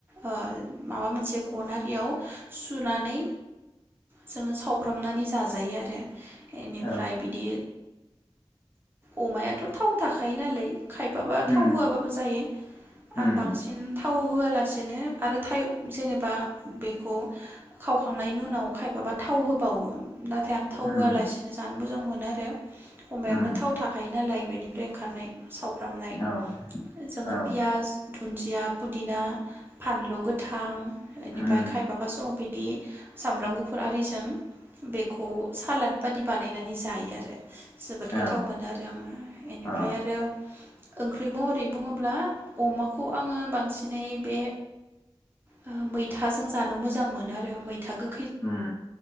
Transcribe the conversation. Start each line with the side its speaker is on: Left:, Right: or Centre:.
Right: ओ माबा मोनसे गनारियाव सुनानै जोङो साव वफ्रामनानै जाजायो आरो इनिफ्राय
Left: औ
Right: बिदि अमायाथ' थाव थाखायो नालाय खायफाबा
Left: उम
Right: थाव होआबाबो जायो।
Left: उम
Right: आं बांसिन थाव होआलासेनो आरो था जेनेबा बेखौ खावखांनायनि उनाव खायफाबा थाव होबावो। नाथाय आं थाव
Left: उम
Right: होआलासिनो जानो मोजां मोनो आरो। अमायावनो
Left: उम
Right: थाव थाखायो नालाय बेनि फ्राय ओंखारनाय सावफ्रामनाय
Left: औ
Right: जोङो
Left: औ
Right: पियास दुन्दिया, पुदिना, फानलु गोथां एनिफाय
Left: उम
Right: खायफाबा स' बिदि सामब्राम गु फुर आरिजों बेखौ सालाद बादि बानायनानै जायो आरो। जोबोद
Left: औ
Right: गोथाव मोनो आरो आङो इनि
Left: औ
Right: फ्राय आरो ओंख्रि महरै बुङोब्ला अमाखौ आङो बांसिनै बे ओ मैथाजों जानो मोजां मोनो आरो मैथा गो
Left: ओम